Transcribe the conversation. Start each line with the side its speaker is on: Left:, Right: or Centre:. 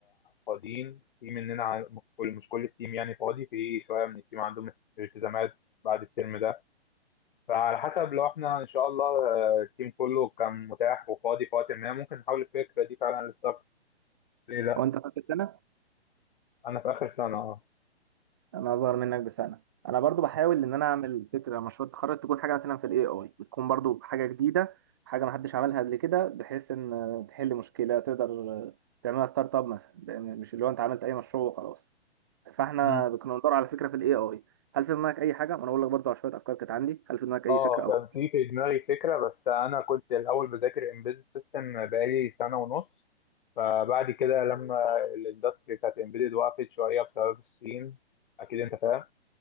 Left: فاضيين في مننا ع- مش كل مش كل التيم يعني فاضي في شويه من التيم عندهم التزامات بعد الترم ده فعلى حسب لو احنا ان شاء الله آه، التيم كله كان متاح وفاضي في وقت ما ممكن نحاول الفكره دي فعلا للستارت ليه لا
Right: هو انت فاكر سنه
Left: انا في اخر سنه اه
Right: انا اصغر منك بسنه انا برضو بحاول ان انا اعمل فكره مشروع التخرج تكون حاجه مثلا في الاي اي بتكون برضو حاجه جديده حاجه ما حدش عملها قبل كده بحيث ان آه، تحل مشكله تقدر آه، تعملها ستارت اب مثلا لأن مش اللي هو انت عملت اي مشروع وخلاص فاحنا
Left: مم.
Right: كنا بندور على فكره في الاي اي هل في دماغك اي حاجه وانا اقول لك برضو على شويه افكار كانت عندي هل في دماغك اي
Left: اه
Right: فكره او
Left: كان في في دماغي فكره بس انا كنت الاول بذاكر امبيد سيستم بقالي سنه ونص فبعد كده لما الاندستري بتاعت امبيدد وقفت شويه بسبب الصين اكيد انت فاهم